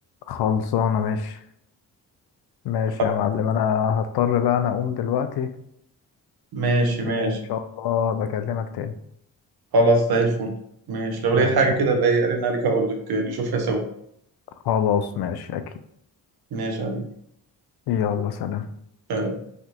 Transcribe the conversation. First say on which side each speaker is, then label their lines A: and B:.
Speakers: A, on the left; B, on the right.
A: خلصانة ماشي ماشي
B: خلاص،
A: يا معلم انا هضطر بقى انا اقوم دلوقتي
B: ماشي ماشي
A: وان شاء الله بكلمك تاني
B: خلاص زي الفل ماشي لو
A: ماشي
B: لقيت حاجة كده بقى إيه، ارن عليك اقول لك نشوفها سوا
A: خلاص ماشي اكيد
B: ماشي يا حبيبي
A: يلا سلام
B: سلام.